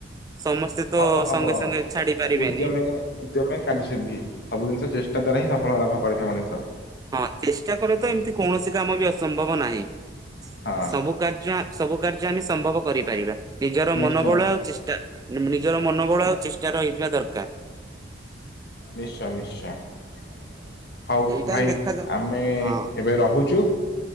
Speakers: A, on the right; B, on the left.
A: ସମସ୍ତେ ତ
B: ହବ ହବ
A: ସଙ୍ଗେ ସଙ୍ଗେ ଛାଡି ପାରିବେନି।
B: ଉଦ୍ୟମେ ଉଦ୍ୟମେ କାର୍ଯ୍ୟସିଦ୍ଧି ସବୁ ଜିନିଷ ଚେଷ୍ଟା ଦ୍ଵାରା ହିଁ ସଫଳ ଲାଭ କରିଥାଏ ମଣିଷ।
A: ହଁ ଚେଷ୍ଟା କଲେ ତ ଏମିତି କୌଣସି କାମ ବି ଅସମ୍ଭବ ନାହିଁ,
B: ହଁ
A: ସବୁ କାର୍ ଯ୍ୟ ସବୁ କାର୍ଯ୍ୟ ଆମେ ସମ୍ଭବ କରିପାରିବା, ନିଜର
B: ନିଶ୍ଚୟ
A: ମନୋବଳ ଆଉ ଚେଷ୍ଟା ଇଁମ୍ ନିଜର ମନୋବଳ ଆଉ ଚେଷ୍ଟା ରହିଥିବା ଦରକାର୍।
B: ନିଶ୍ଚୟ ନିଶ୍ଚୟ। ହଉ
A: ସେଇଟା
B: ଭାଇ
A: ଦେଖାଯାଉ।
B: ଆମେ
A: ହଁ
B: ଏବେ ରହୁଚୁ।